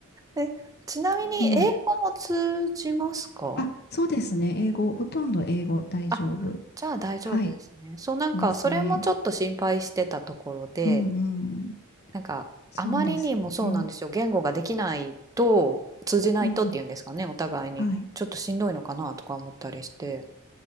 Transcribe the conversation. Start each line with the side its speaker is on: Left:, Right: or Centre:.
Right: え、ちなみに英語も通じますか
Left: うん。あ、そうですね。英語、ほとんど英語大丈夫。
Right: あ、じゃあ大丈夫ですね。
Left: はい、
Right: そうなんかそれもちょっと心配してたところで、
Left: ですね。うんうん。
Right: なんかあまりにもそうなんですよ。
Left: そうですね。
Right: 言語ができないと通じないとっていうんですかね、
Left: うん。
Right: お互いに。
Left: はい。
Right: ちょっとしんどいのかなとか思ったりして。